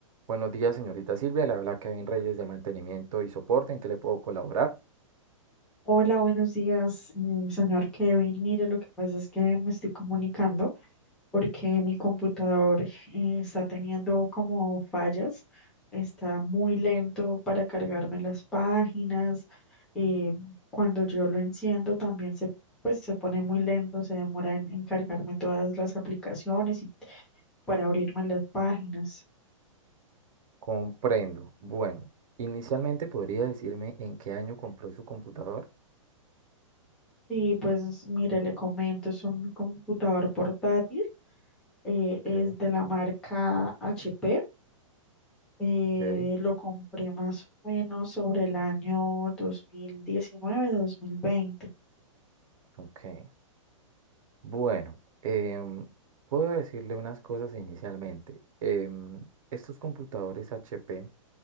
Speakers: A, on the right; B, in the centre.
A: Buenos días, señorita Silvia. La habla Kevin Reyes de Mantenimiento y Soporte. ¿En qué le puedo colaborar?
B: Hola, buenos días, eh, señor Kevin. Mire, lo que pasa es que me estoy comunicando porque mi computador eh, está teniendo como fallas, está muy lento para cargarme las páginas. eh, cuando yo lo enciendo también se, pues, se pone muy lento, se demora en, en cargarme todas las aplicaciones y para abrirme las páginas.
A: Comprendo. Bueno, inicialmente podría decirme en qué año compró su computador.
B: Sí, pues mire, le comento, es un computador portátil, eh, es
A: Ok,
B: de la marca HP, eh,
A: ok,
B: lo compré más o menos sobre el año dos dos mil diecinueve mil veinte.
A: ok. Bueno, em, puedo decirle unas cosas inicialmente. Em, estos computadores HP.